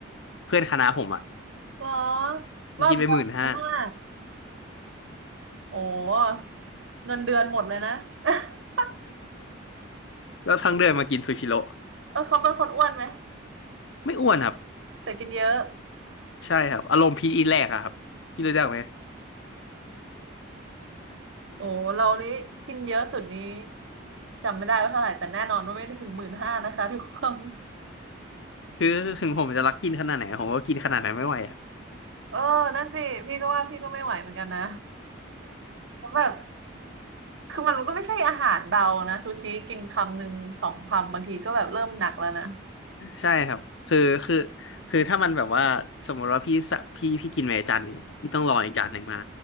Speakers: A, on the left (about 65°); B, on the right (about 70°).
A: เพื่อนคณะผมอ่ะ
B: เหรอ
A: มันกินไปหมื่นห้า
B: รอบเดียวหมดหนห้าโอ้เงินเดือนหมดเลยนะ <laughs>
A: <laughs> แล้วทั้งเดือนมากินซูชิโร่
B: เออเขาเป็นคนอ้วนไหม
A: ไม่อ้วนครับ
B: แต่กินเยอะ
A: ใช่ครับอารมณ์พีทอีทแรกอะครับพี่รู้จักไหม
B: โอ้เรานี้กินเยอะสุดนี้จำไม่ได้ว่าเท่าไหร่แต่แน่นอนว่าไม่ถึงหมื่นห้านะคะทุกคน
A: คือถึงผมจะรักกินขนาดไหนผมก็กินขนาดนั้นไม่ไหว
B: เออนั่นสิพี่ก็ว่าพี่ก็ไม่ไหวเหมือนกันนะเพราะแบบคือมันก็ไม่ใช่อาหารเบานะซูชิกินคำหนึ่งสองคำบางทีก็แบบเริ่มหนักแล้วนะ
A: ใช่ครับคือคือคือถ้ามันแบบว่าสมมติว่าพี่สะพี่พี่กินไปจานหนึ่งพี่ต้องรออีกจานหนึ่งมา